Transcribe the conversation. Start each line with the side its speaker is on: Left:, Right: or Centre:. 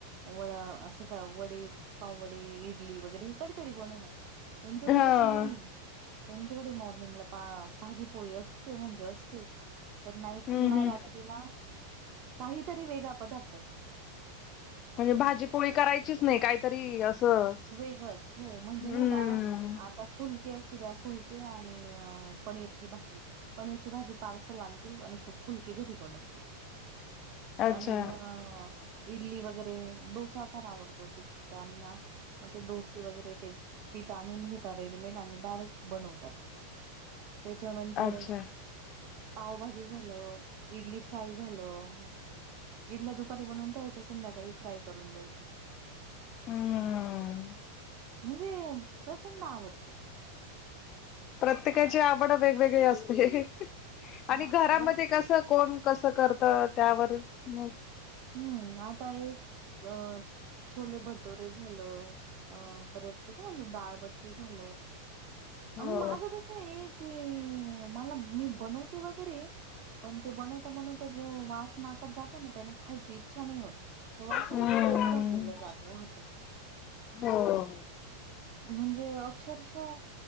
Right: वड असं काय वडे पावडे इडली वगैरे हे कर. तरी बनवून त्यांच्याक
Left: हा
Right: तसं नाहीय. त्यांच्याकडे मॉरिंगला पा भाजीपोळी असते म्हणजे असते. तर नाईटला
Left: हम्म हम्म
Right: रात्रीला काहीतरी वेगळा पदार्थ असतो.
Left: म्हणजे भाजी पोळी करायचीच नाही काहीतरी.. असं
Right: वेगळंच हो म्हणजे
Left: हम्म
Right: नाही का. आता फुलके असू द्या फुलके आणि अ पनीरची भाजी. पनीरची भाजी पार्सल आणतील आणि फुलके घरी बनवतील.
Left: अच्छा
Right: आणि अ. इडली वगैरे डोसा फार आवडतो त त्यांना. मग ते डोसे वगैरे ते पिठ आणून घेता रेडीमेड आणून डायरेक्ट. बनवतात त्याच्यानंतर.
Left: अच्छा
Right: पावभाजी झाल इडली फ्राय झालं. इडल्या दुपारी बनवून ठेवायच्या संध्याकाळी फ्राय करून द्यायच्या.
Left: हम्म.
Right: म्हणजे प्रचंड आवडतं.
Left: प्रत्येकाची आवड वेगवेगळी असते
Right: हा
Left: आणि घरामध्ये
Right: आवड
Left: कस कोण. कस करत त्यावर म.
Right: हम्म आता हे अ छोले भटोरे झालं. अ परत ते काय दाळबट्टी झालं
Left: हो
Right: माझं कस. असं एक क मला मी बनवते वगैरे. पण ते बनवता बनवता जे वास नाकत जातो ना त्याने. खायची इच्छा नाही होत तर वासनेच
Left: हम्म
Right: पोट भरलेलं जात राहत.
Left: हो
Right: म्हणजे अक्षरश अ